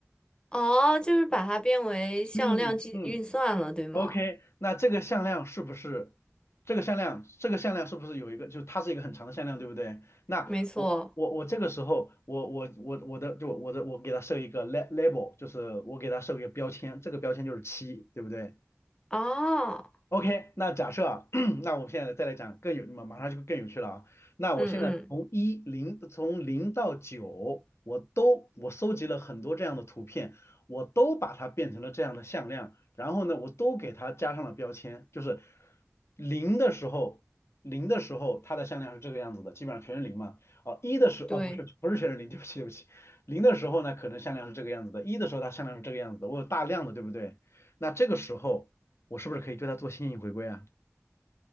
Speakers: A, on the left; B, on the left.
A: 哦，就是把它变为向量计运算了，
B: 嗯嗯，
A: 对吗？
B: OK，那这个向量是不是这个向量，这个向量是不是有一个，就它是一个很长的向量，对不对？那我我我这个时候，
A: 没错，
B: 我我我我的就我的我给它设一个 la- label，就是我给它设一个标签，这个标签就是七，对不对？
A: 啊，
B: OK，那假设啊，<clears throat> 那我们现在再来讲更有，马马上就更有趣了啊。那我现在从一零从零到九，
A: 嗯嗯，
B: 我都我搜集了很多这样的图片，我都把它变成了这样的向量，然后呢，我都给它加上了标签，就是零的时候，零的时候它的向量是这个样子的，基本上全是零嘛。哦，一的时候，
A: 对，
B: 哦不是不是全是零，对不起对不起，零的时候呢，可能向量是这个样子的，一的时候它向量是这个样子的，我有大量的，对不对？那这个时候。我是不是可以对它做线性回归啊？